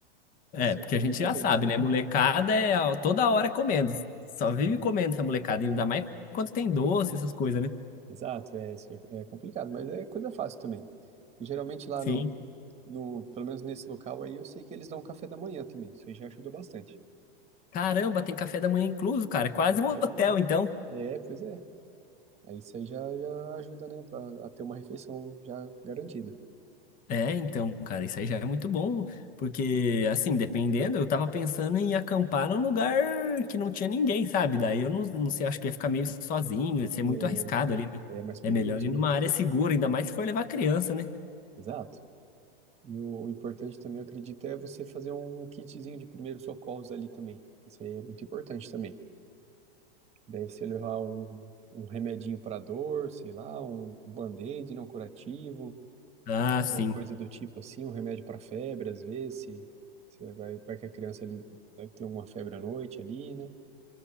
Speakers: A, on the left; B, on the right.
A: É,
B: Isso
A: porque
B: aí também
A: a gente
B: vai
A: já
B: bem.
A: sabe, né? Molecada é a- toda hora é comendo. Só
B: Sim.
A: vive comendo essa molecada, ainda mais quando tem doce, essas coisas, né?
B: Exato, é, isso é, é complicado, mas é coisa fácil também. E geralmente lá
A: Sim.
B: no, no, pelo menos nesse local aí, eu sei que eles dão café da manhã também. Isso aí já ajuda bastante.
A: Caramba, tem café da manhã incluso, cara. É quase
B: Tem café
A: um hotel,
B: da manhã.
A: então.
B: É, pois é. Aí isso aí já, já ajuda, né? A, a ter uma refeição já garantida.
A: É, então, cara, isso aí já é muito bom, porque, assim, dependendo, eu tava pensando em acampar num lugar que não tinha ninguém, sabe? Daí eu não, não sei, acho que ia ficar meio sozinho, ia ser
B: É
A: muito arriscado ali. né?
B: é mais perigoso
A: É melhor ir numa
B: mesmo.
A: área segura, ainda mais se for levar criança, né?
B: Exato. E o, o importante também, eu acredito, é você fazer um kitzinho de primeiros socorros ali também. Isso aí é muito importante também. Daí você levar um, um remedinho para dor, sei lá, um, um band-aid não curativo,
A: Ah,
B: alguma
A: sim.
B: coisa do tipo assim, um remédio para febre, às vezes, se você vai, vai que a criança ali vai ter alguma febre à noite ali, né?